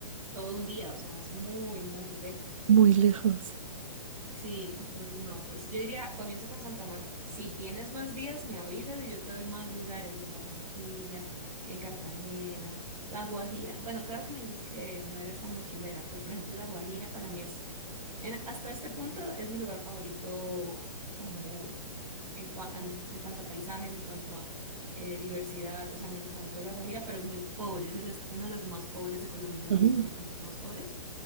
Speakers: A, on the right; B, on the right.
A: todo un día, o sea, es muy, muy lejos.
B: muy lejos.
A: Sí, entonces no, pues yo diría, comienza con Santa Marta. Si tienes más días, me avisas y yo te doy más lugares en Barranquilla, en Cartagena, La Guajira. Bueno, claro que me dices que no eras tan mochilera, pero por ejemplo, La Guajira para mí es, en- hasta este punto es mi lugar favorito como en, cua- en, en cuanto a paisajes, en cuanto a eh, diversidad. O sea, me encantó La Guajira, pero es muy pobre, es el est- uno de los más pobres de Colombia, uno de
B: Ujú,
A: los departamentos más pobres.